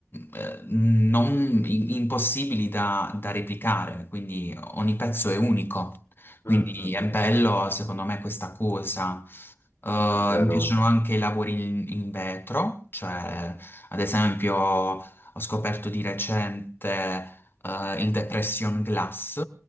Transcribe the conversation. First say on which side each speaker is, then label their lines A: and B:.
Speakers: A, on the left; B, on the left.
A: eh, non impossibili da, da replicare, quindi ogni pezzo è unico. Quindi
B: Mm, mm, mm,
A: è bello, secondo me, questa cosa. Uh,
B: vero.
A: mi piacciono anche i lavori in, in vetro, cioè ad esempio ho scoperto di recente eh, il Depression Glass.